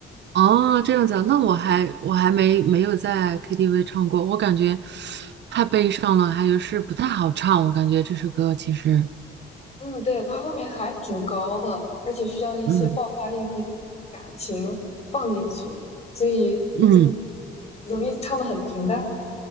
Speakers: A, on the right (about 60°); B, on the left (about 35°).
A: 哦，这样子啊，那我还我还没没有在 KTV 唱过，我感觉太悲伤了，还有是不太好唱，我感觉这首歌其实，
B: 嗯，对，它后面还挺高的，而且需要一些爆发力和感情放进去，
A: 嗯
B: 所以嗯
A: 嗯
B: 容易唱的很平淡。